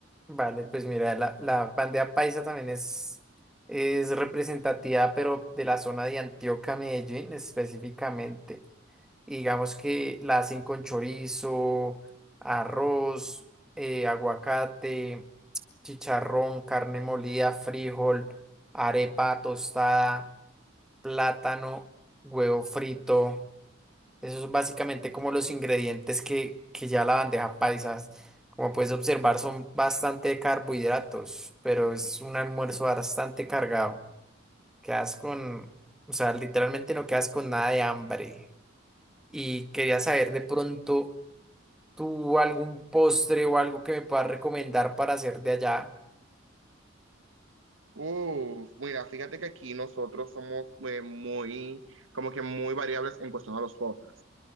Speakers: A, in the centre; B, on the right.
A: Vale, pues mira, la, la bandeja paisa también es, es representativa, pero de la zona de Antioquia, Medellín específicamente. Y digamos que la hacen con chorizo, arroz, eh, aguacate, chicharrón, carne molida, frijol, arepa tostada, plátano, huevo frito. Eso es básicamente como los ingredientes que, que ya la bandeja paisa, como puedes observar, son bastante carbohidratos, pero es un almuerzo bastante cargado. Quedas con, o sea, literalmente no quedas con nada de hambre. Y quería saber de pronto, ¿tú algún postre o algo que me puedas recomendar para hacer de allá
B: Uf, mira, fíjate que aquí nosotros somos eh, muy, como que muy variables en cuestión a los postres.